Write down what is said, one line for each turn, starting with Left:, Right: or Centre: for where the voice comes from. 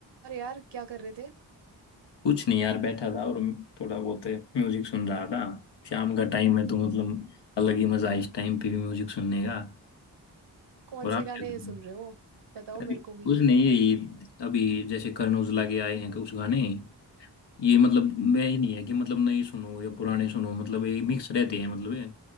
Right: और यार क्या कर रहे थे
Left: कुछ नहीं यार बैठा था और थोड़ा बहुत म्यूजिक सुन रहा था शाम का टाइम है तो मतलब अलग ही मजा है इस टाइम पे भी म्यूजिक सुनने का
Right: कौन
Left: और
Right: से
Left: आप
Right: गाने
Left: क्या कर रहे
Right: सुन
Left: हो?
Right: रहे हो बताओ
Left: अरे
Right: मेरे को भी
Left: कुछ नहीं यही अभी जैसे करण औजला के आए हैं कुछ गाने ये मतलब मैं ही नहीं है कि मतलब नए सुनो या पुराने सुनो मतलब ये मिक्स रहते हैं मतलब ये